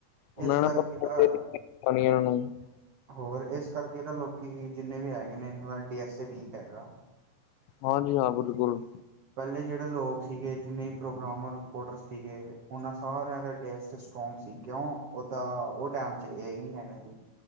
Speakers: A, on the left; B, on the right.
A: ਉਹਨਾਂ
B: ਇਸ ਕਰਕੇ
A: ਪਾਣੀ
B: ਤਾਂ
A: ਉਹਨਾਂ ਨੂੰ <unintelligible>
B: ਹੋਰ ਇਸ ਕਰਕੇ ਤਾਂ ਲੋਕ ਜਿੰਨੇ ਵੀ ਹੈਗੇ ਨੇ ਇਹਨਾਂ ਦਾ ਡੀ ਐੱਸ ਏ ਵੀਕ ਹੈਗਾ।
A: ਬਸ ਵਧੀਆ ਬਿਲਕੁਲ।
B: ਪਹਿਲੇ ਜਿਹੜੇ ਲੋਕ ਸੀਗੇ ਜਿੰਨੇ ਪ੍ਰੋਗਰਾਮਰ, ਰਿਪੋਰਟਰ ਸੀਗੇ। ਉਹਨਾਂ ਸਾਰਿਆਂ ਦਾ ਡੇਸਟ ਸਟਰੋਂਗ ਸੀ ਕਿਉਂ ਓਦਾਂ ਉਹ ਟਾਈਮ ਚ ਏ ਆਈ ਨਹੀਂ ਹੈਗਾ ਸੀ।